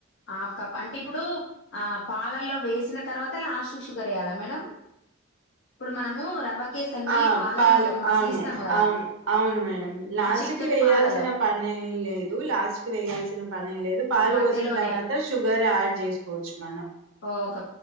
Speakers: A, on the left; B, on the right.
A: హఫ్ కప్ అంటే ఇప్పుడు ఆ పాలల్లో వేసిన తర్వాత లాస్ట్ షుగ <unintelligible> మేడం, ఇప్పుడు మనము రవ్వ కేసని
B: ఆ
A: పాలలో
B: పాలు
A: మసిలిస్తాము
B: అవును
A: కదా
B: అవును అవును మేడం లాస్ట్
A: చిక్కటి
B: కి వేయాల్సిన
A: పాలలో
B: పనేం లేదు లాస్ట్ కి వేయాల్సిన పనేం లేదు పాలు
A: మధ్యలోనే
B: పోసిన తర్వాత ఇక షుగర్ యాడ్ చేసుకోవచ్చు మనం
A: ఓ క